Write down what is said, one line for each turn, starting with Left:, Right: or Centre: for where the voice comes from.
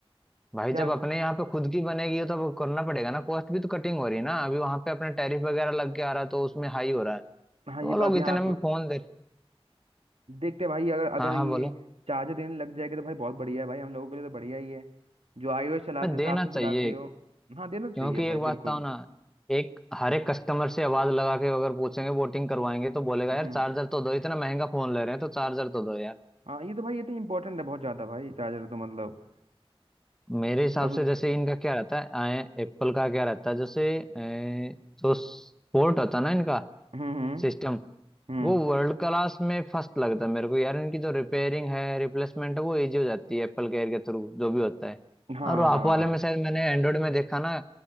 Centre: भाई
Right: क्या
Centre: जब अपने यहाँ पे खुद की बनेगी तो अब करना पड़ेगा ना कॉस्ट भी तो कटिंग हो रही है ना अभी वहां पे अपने टैरिफ वगैरह लग के आ रहा है तो उसमें हाई हो रहा है
Right: हाँ
Centre: तो
Right: ये
Centre: वो लोग
Right: बात यहाँ
Centre: इतने में
Right: पर-
Centre: फोन दे
Right: देखते हैं भाई अगर अगर
Centre: हाँ हाँ
Right: ये
Centre: बोलो
Right: चार्जर देने लग जाएगा तो भाई बहुत बढ़िया है भाई हम लोगों के लिए तो बढ़िया ही है जो iOS चलाते
Centre: पर
Right: हो
Centre: देना
Right: आप से चलाते
Centre: चाहिए
Right: हो हाँ देना तो चाहिए
Centre: क्योंकि
Right: भाई
Centre: एक
Right: बिल्कुल
Centre: बात बताओ ना एक हर एक कस्टमर से आवाज लगा के अगर पूछेंगे वोटिंग करवाएंगे तो बोलेगा
Right: हम्म
Centre: यार चार्जर तो दो इतना महंगा फोन ले रहे हैं तो चार्जर तो दो यार
Right: हाँ ये तो भाई ये तो इम्पोर्टेंट है बहुत ज्यादा भाई चार्जर तो मतलब
Centre: मेरे हिसाब
Right: अब
Centre: से
Right: उस
Centre: जैसे इनका क्या रहता है आए एप्पल का क्या रहता है जैसे अ, जो पोर्ट होता है ना इनका
Right: हम्म हम्म
Centre: सिस्टम
Right: हम्म
Centre: वो वर्ल्ड क्लास में फर्स्ट लगता है मेरे को यार इनकी जो रिपेयरिंग है रिप्लेसमेंट है वो इजी हो जाती है एप्पल केयर के थ्रू जो भी होता है
Right: हाँ
Centre: और
Right: हाँ
Centre: वो आप
Right: हाँ
Centre: वाले
Right: हाँ
Centre: में शायद मैंने एंड्रॉयड में देखा ना